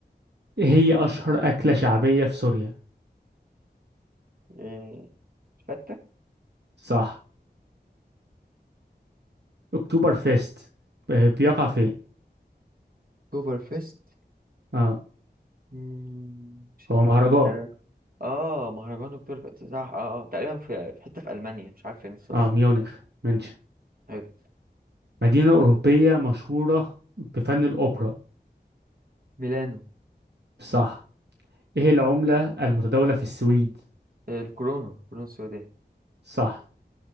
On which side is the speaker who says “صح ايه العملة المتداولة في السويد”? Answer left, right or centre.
Right